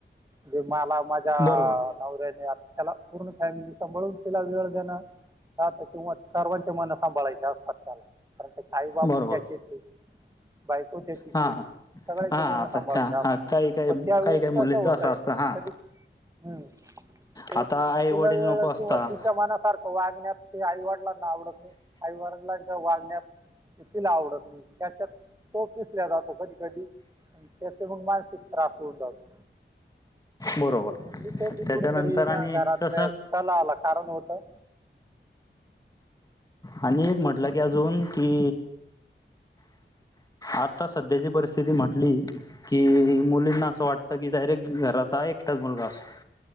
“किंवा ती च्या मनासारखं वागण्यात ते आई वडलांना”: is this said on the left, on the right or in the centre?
Right